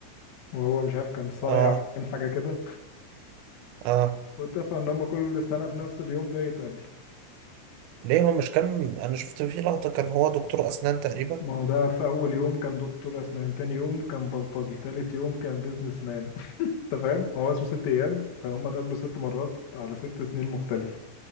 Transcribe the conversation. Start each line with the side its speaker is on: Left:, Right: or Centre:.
Left: وهو مش عارف كان صايع
Right: اه
Left: ولا كان حاجه كده
Right: اه
Left: واتفقوا ان هم كل سنه في نفس اليوم ده يتقابلوا
Right: ليه هو مش كان انا شفت فيه لقطة كان هو دكتور اسنان تقريبا
Left: ما هو ده في اول يوم كان دكتور اسنان تاني يوم كان بلطجي تالت يوم كان بيزنس مان انت فاهم هو اسمه ست ايام فهم اتقابلوا ست مرات على ست سنين مختلفة